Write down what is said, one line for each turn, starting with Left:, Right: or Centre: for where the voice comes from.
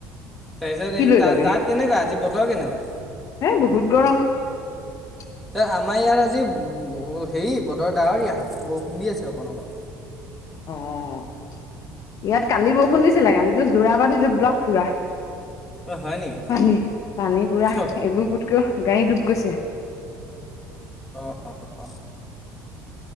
Centre: তাৰ পিছত
Left: কি
Centre: এই
Left: লৈ
Centre: তাত্
Left: যাবি?
Centre: -তাত কেনেকুৱা, আজি বতৰ কেনেকুৱা?
Left: এ বহুত <inaudible>
Centre: ত ' আমাৰ ইয়াত আজি ব '--হেৰি বতৰ ডাৱৰীয়া বৰষুণ দি আছে অকণ অকণ।
Left: অঁ ইয়াত কালি বৰষুণ দিছিলে। কালিটো যোৰা পানীটো ব্লক পুৰা।
Centre: অ হয় নেকি?
Left: পানী, পানী পুৰা
Centre: অ
Left: এবুকুতকু গাড়ী ডুব গৈছে।
Centre: অঁ, অঁ।